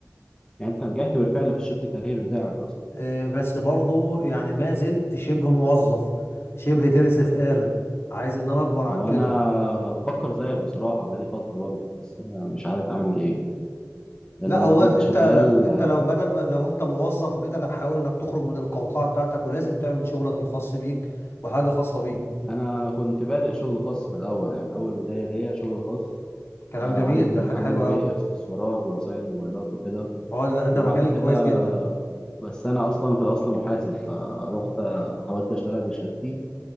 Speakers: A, on the left; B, on the left.
A: يعني انت نجحت بالفعل في الشيفت كارير بتاعك اصلا
B: آه، بس برضو يعني ما زلت شبه موظف شبه ترس في آلة عايز ان انا اكبر عن
A: طب انا
B: كده
A: بفكر زيك بصراحة بقالي فترة برضه بس انا مش عارف اعمل ايه لان
B: لا
A: انا
B: هو
A: كنت
B: انت
A: شغال
B: لا انت لو بدل ما لو انت موظف وكده لا حاول انك تخرج من القوقعه بتاعتك ولازم تعمل شغلك الخاص بيك وحاجه خاصه بيك
A: انا كنت بادئ شغل خاص في الاول يعني اول بداية ليا شغل خاص
B: كلام
A: آه،
B: جميل
A: عندي
B: ده
A: محل
B: حاجه حلوه
A: ببيع
B: قوي
A: اكسسوارات وبصاين موبايلات وكده
B: اه لا ده
A: وبعد
B: مجال
A: كده
B: كويس جدا
A: بس انا اصلا في الاصل محاسب فروحت حاولت اشتغل بشهادتي